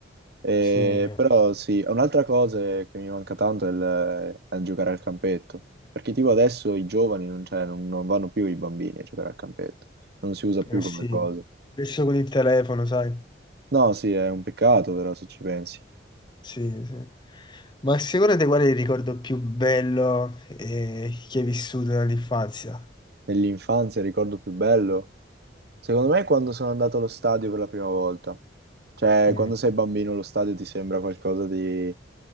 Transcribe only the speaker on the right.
Eh,
però sì, un'altra cosa che mi manca tanto è, il- è giocare al campetto, perché tipo adesso i giovani non, cioè, non- non vanno più i bambini a giocare al campetto, non si usa più
come cosa.
No, sì, è un peccato però se ci pensi.
nell'infanzia, il ricordo più bello, secondo me è quando sono andato allo stadio per la prima volta. Cioè,
quando sei bambino lo stadio ti sembra qualcosa di